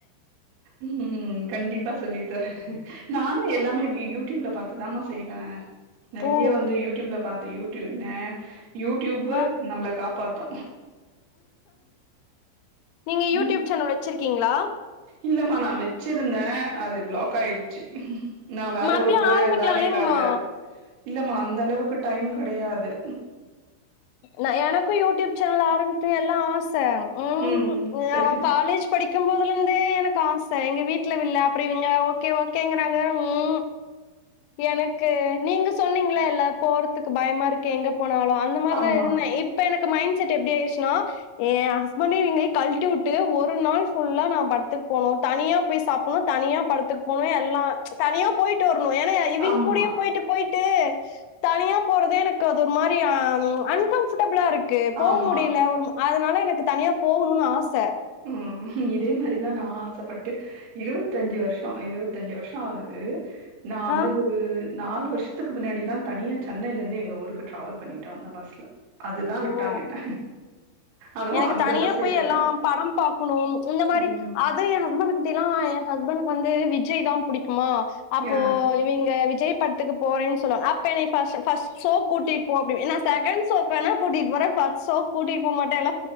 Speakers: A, on the right; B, on the left.
A: ம் ம் கண்டிப்பா சொல்லித்தர நானும் எல்லாமே வியு யூடியூப்ல பாத்து தாமா செய்வே நெறய
B: ஓ
A: வந்து யூடியூப்ல பாத்து யூடியூ ன யூட்டியூபு
B: ஆ
A: காப்பாத்து
B: நீங்க யூடியூப்
A: ம்
B: சேனல் வச்சிருக்கீங்களா
A: இல்லமா நான் வச்சிருந்தேன் அது பிளாக் ஆய்டுச்சு நான் வேற
B: மறுபடியு
A: ஒரு ஒரு
B: ஆரம்பிக்கலா
A: வேலைக்காக
B: இல்லைங்கமா
A: இல்லம்மா அந்த அளவுக்கு டைம் கடையாது
B: ந எனக்கும் யூடியூப் சேனல் ஆரம்பித்து எல்லாம் ஆச ம்கும்
A: ம் சரி
B: நான் காலேஜ் படிக்கும் போது அப்பய்ல இருந்தே எனக்கு ஆச எங்க வீட்ல விட்ல அப்ர இவங்க ஓக்கே ஓக்கேங்கறாங்க ம்ம் எனக்கு நீங்க சொன்னீங்கள எல்லாம் போறதுக்கு பயமா இருக்கு எங்க போனாலும் அந்த மாதிரிதான்
A: ஆமா
B: இருந்தேன் இப்ப எனக்கு மைண்ட் செட் எப்டி ஆய்டுச்சுனா என் ஹஸ்பண்டயும் இவுங்களயும் கழட்டி விட்டு ஒரு நாள் புல்லா நான் படத்துக் போனும் தனியா போய் சாப்புணும் தனியா படத்துக்கு போணும் எல்லாம் தனியா போயிட்டு வரணும் ஏன்னா இவிய்ங்க
A: ஆமா
B: கூடயே போயிட்டு போயி ட்டு தனியா போறதே எனக்கு அது ஒரு மாரி அன்கம்பர்டபிளா இருக் க்கு போ
A: ஆமா
B: முடியல ஒரு அதனால எனக்கு தனியா போவுணும்னு ஆச
A: ம் இதே மாதிரிதான் நான் ஆசப்பட்டு இருவத்தஞ்சு வருஷம் இருவத்தஞ்சு வருஷம் ஆகுது நா வந்து
B: ஆ.
A: ஒரு நாலு வருஷத்துக்கு முன்னாடிதா தனியா சென்னைல இருந்து எங்க ஊருக்கு டிராவல் பண்ணிட்டோ வந்த பஸ்ல அதுதா விட்டா
B: ஓ!
A: என்ன அதுவும்
B: எனக்கு
A: அங்க
B: தனியா
A: பஸ்
B: போய்
A: ஏத்தல.
B: எல்லாம் ப படம் பாக்குணும் இந்த மாரி
A: ம்.
B: அது ஏன் ஹஸ்பண்ட் கிட்டேல என் ஹஸ்பெண்ட்க்கு வந்து விஜய் தா புடிக் மா அப்போ
A: ஆ.
B: இவிங்க விஜய் படத்துக்கு போறேன் சொல்லுவாங்க அப்ப என்னேய ஃபர்ஸ்ட் ஃபர்ஸ்ட் ஷோ கூட்டிட்டு போ அப்டிம்ப என்ன செகேன்ட் ஷோக் வேனா கூடிட்போறே ஃபஸ்ட்ஷோ கு கூட்டிட்போ மாட்டேயில